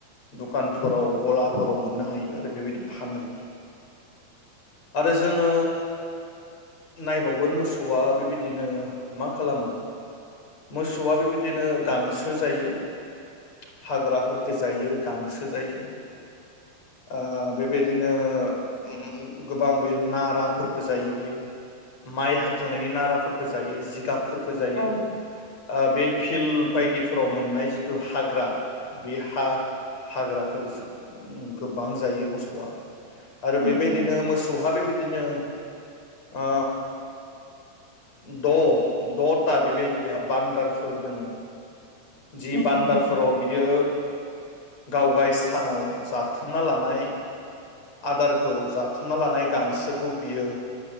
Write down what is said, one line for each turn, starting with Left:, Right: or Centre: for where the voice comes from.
Left: दखानफोराव गलाफोराव मोननो हायो आरो बेबायदि फानो आरो जोङो नायबावगोन मोसौआ बेबायदिनो मा खालामो मोसौआ बेबायदिनो गांसो जायो हाग्राफोरखो जायो गांसो जायो ओ बेबायदिनो ओम गोबां बे नाराफोरखौ जायो बियो माइ हाखांनायनि नाराफोरखौ जायो जिगाब फोरखो जायो
Right: औ
Left: ओ बे फिल्ड बायदिफोराव मोननाय जिथु हाग्रा बे हा हाग्राखौ बिजु ओम गोबां जायो मोसौआ आरो
Right: उम
Left: बेबायदिनो
Right: उम
Left: मोसौहा बेबायदिनो आ दं दथा बेबायदि बेहा बान्दारफोर दोङो जि
Right: उम
Left: बान्दार
Right: उम
Left: फोराव बियो गावगाय सानाव जाथुमना लानाय आदारखौ जाथुमना लानाय गांसोखौ बियो